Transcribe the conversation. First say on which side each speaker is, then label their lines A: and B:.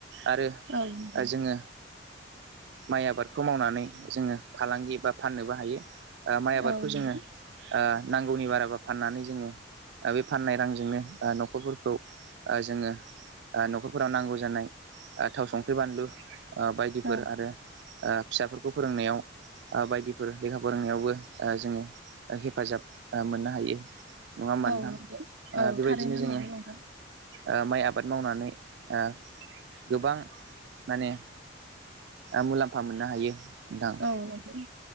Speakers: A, on the right; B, on the right.
A: आरो
B: औ नंगौ
A: जोङो माइ आबादखौ मावनानै जोङो फालांगि बा फाननोबो हायो ओ माइ आबादखौ
B: औ नंगौ
A: जोङो नांगौनि बाराबा फाननानै जोङो ओ बे फाननाय रांजोंनो न'खरफोरखौ जोङो न'खरफोराव नांगौ जानाय थाव संख्रि बानलु बायदिफोर
B: औ
A: आरो फिसाफोरखौ फोरोंनायाव आ बायदिफोर लेखा फोरोंनायावबो ओह जोङो ओह हेफाजाब ओह मोननो हायो नङा होमबा
B: औ
A: नोंथां
B: नंगौ औ
A: ओह बेबायदिनो
B: थारैनो
A: जोङो
B: नंगौ नोंथां
A: ओ माइ आबाद मावनानै ओ गोबां माने ओ मुलाम्फा मोननो हायो। नोंथां।
B: औ नंगौ